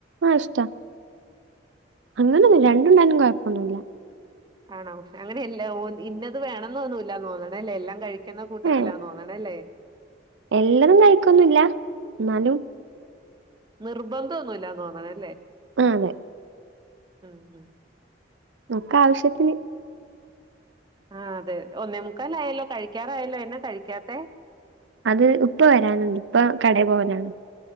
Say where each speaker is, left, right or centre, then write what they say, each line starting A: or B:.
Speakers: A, on the right; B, on the right.
A: അഹ് ഇഷ്ടാ അങ്ങനെ ഒന്നുല്ല്യ രണ്ട് ഉണ്ടായാലും കെഴപ്പം ഒന്നുല്ല്യ
B: ആ നമുക്ക് അങ്ങനെ എ ഇല്ലാ ഓന്തി ഇന്നത് വേണന്നൊന്നുമില്ല ഇല്ല തോന്ന്ണല്ലേ എല്ലാം കഴി ക്ക്‌ണ കൂട്ടത്തിലാ
A: ഏ
B: തോന്ന്ണല്ലേ
A: എല്ലതും കഴിക്കൊന്നുല്ല എന്നാലും
B: നിർബന്ധയൊന്നുമില്ല തോന്ന്ണ് അല്ലേ
A: അതെ
B: മ് മ്
A: ഒക്ക ആവിശ്യത്തിന്
B: ആ അതെ അതെ ഒന്നേ മുക്കാല് ആയല്ലോ കഴികാറായല്ലോ എന്ന കഴികാത്തെ
A: അത് ഉപ്പ വരാനുണ്ട് ഉപ്പ കടേ പോവലാണ്